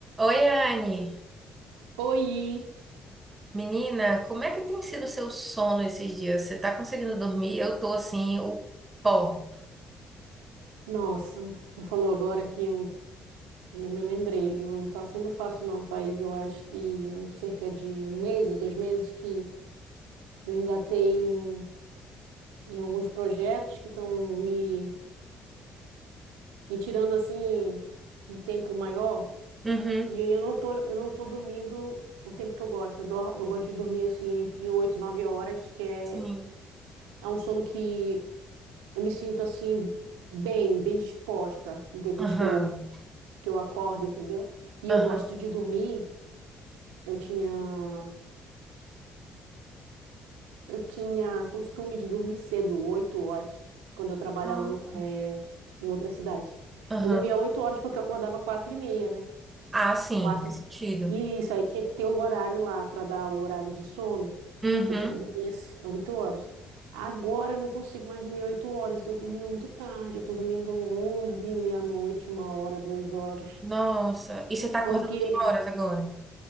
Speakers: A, on the right; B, on the right.
A: Oi, Anne.
B: Oi!
A: Menina, como é que tem sido o seu sono esses dias? Você tá conseguindo dormir? Eu tô assim, o pó.
B: Nossa, tu falou agora que eu, eu me lembrei, não tá sendo fácil não, faz eu acho que cerca de um mês ou dois meses que eu engatei em, em alguns projetos que estão me, me tirando assim um tempo maior
A: Uhum.
B: e eu não tô, eu não tô dormindo o tempo que eu gosto, eu, dor- eu gosto de dormir assim entre oito, e 9 horas, que é,
A: Sim.
B: é um sono que eu me sinto assim bem, bem disposta depois
A: Aham.
B: que eu que eu acordo, entendeu? E
A: Aham.
B: eu gosto de dormir. Eu tinha, eu tinha costume de dormir cedo, oito horas, quando eu trabalhava,
A: Nossa.
B: eh, em outra cidade.
A: Aham.
B: Eu dormia oito horas porque eu acordava quatro e meia, né?
A: Ah, sim,
B: Quatro.
A: faz
B: E
A: sentido.
B: E isso aí tinha que ter o horário lá para dar o horário de sono.
A: Uhum.
B: Eu tinha que dormir as oito horas. Agora eu não consigo mais dormir oito horas. Estou dormindo muito tarde. Eu estou dormindo onze, meia-noite, uma hora, duas horas.
A: Nossa. E você tá acordando
B: Porque
A: que horas agora?